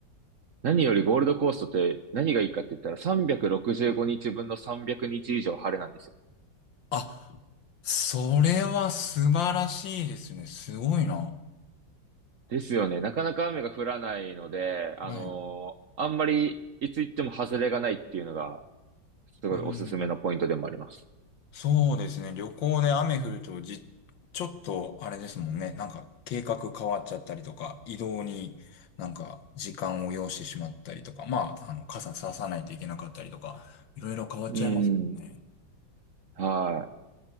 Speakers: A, on the right (about 55°); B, on the left (about 75°).
A: 何よりゴールドコーストって何がいいかって言ったら365日分の300日以上晴れなんですよ。
B: あ、それは素晴らしいですね。すごいな。
A: ですよね。なかなか雨が降らないので、あのーあんまりいつ行っても外れがないっていうのが
B: はい。
A: すごいおすすめのポイントでもあります。
B: うん。そうですね。旅行で雨降るとじ、ちょっとあれですもんね。なんか計画変わっちゃったりとか、移動になんか時間を要してしまったりとか、まあ、あの、傘ささないといけなかったりとか、いろいろ変わっちゃいますね。
A: うん。は